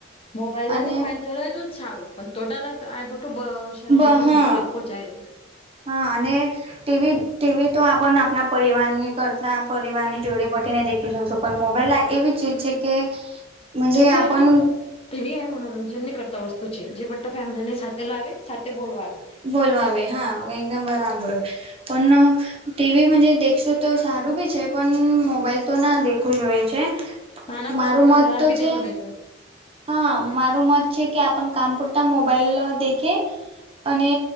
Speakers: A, on the left (about 30°); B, on the right (about 30°).
A: મોબાઈલ ના
B: અને
A: જો ફાયદા હો તો જ સારું પણ ટોટલ આ બટું બ શરીર
B: બ
A: ને હાનિકારક
B: હા
A: પોહોંચાઈ જાય.
B: હા અને ટીવી ટીવી તો આપણ આપણા પરિવારની કરતા પરિવારની જોડે બીને દેખી શકશો. પણ મોબાઈલ આ એવી ચીજ છે કે મજે
A: ટીવીઆ
B: આપણ
A: મનોરંજન તેવીી આ મનોરંજન ની કરતા વસ્તુ છે જે બટા ફેમિલી ને સાથે લાવે સાથે બોલવા આવે.
B: બોલવાવે હા એકદમ બરાબર, પણ ટીવી મ દેખશું તો સારું બી છે પણ મોબાઈલ તો ના દેખવું જ હોઈ છે.
A: નાના બાળકો
B: મારું
A: તો
B: મત
A: જરાબ ભી
B: છે.
A: દખું નને જો.
B: હા મારું મત છે કે આપણ કામ પૂરતા મોબાઈલ દેખે. અને